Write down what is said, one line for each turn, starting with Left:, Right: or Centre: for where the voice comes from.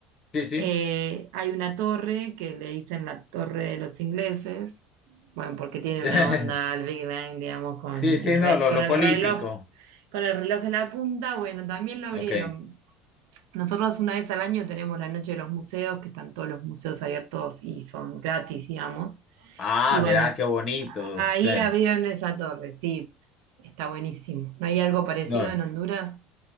Left: Sí, sí.
Right: Eh, hay una torre que le dicen la torre de los ingleses, bueno, porque tiene
Left: <laughs>
Right: una onda al Big Bang, digamos, con
Left: Sí, sí,
Right: el, re-
Left: no, lo,
Right: con
Left: lo
Right: el
Left: político.
Right: reloj, con el reloj en la punta, bueno, también lo abrieron.
Left: Ok.
Right: Nosotros una vez al año tenemos la noche de los museos, que están todos los museos abiertos y son gratis, digamos.
Left: Ah,
Right: Y bueno,
Left: mira qué bonito.
Right: ahí
Left: Sí.
Right: abrieron esa torre, sí, está buenísimo. ¿No hay algo parecido
Left: No.
Right: en Honduras?